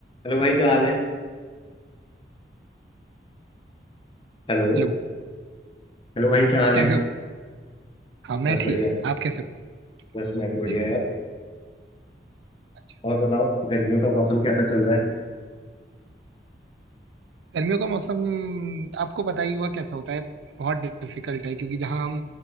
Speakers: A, on the left; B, on the right.
A: Hello भाई क्या हाल है हेलो
B: Hello
A: हेलो भाई क्या हाल
B: कैसे
A: है
B: हो हाँ मैं
A: बस
B: ठीक
A: बढ़िया
B: आप कैसे हो
A: बस मैं भी
B: अच्छा
A: बढ़िया यार
B: अच्छा
A: और बताओ गर्मियों का मौसम कैसा चल रहा है
B: गर्मियों का मौसम आपको पता ही हुआ कैसा होता है बहुत डिफिकल्ट है क्योंकि जहाँ हम